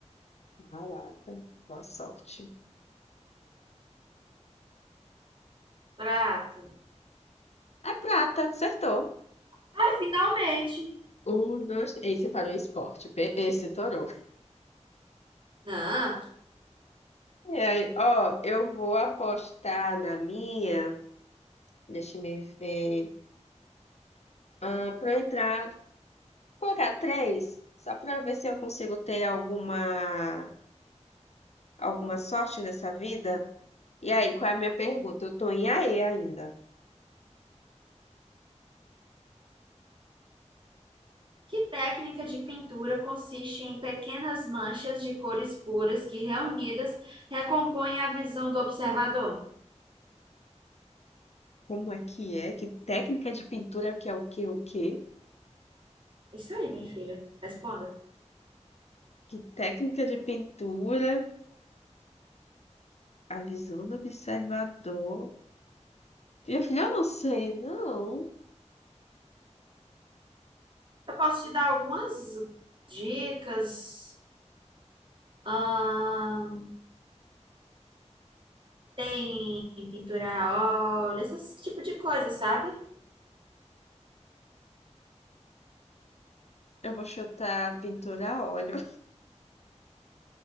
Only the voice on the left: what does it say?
Caraca, boa sorte.
É prata, acertou.
Um, dois, três. Esse parou em esporte. Pe- Esse torou.
É, ó, eu vou apostar na minha. Deixa eu me ver. Ah, para entrar, vou colocar três, só para ver se eu consigo ter alguma alguma sorte nessa vida. E aí, qual é a minha pergunta? Eu tô em AE ainda.
Como é que é? Que técnica de pintura que é o que, o quê?
Que técnica de pintura? A visão do observador. Meu filho, eu não sei, não.
Eu vou chutar pintura a óleo.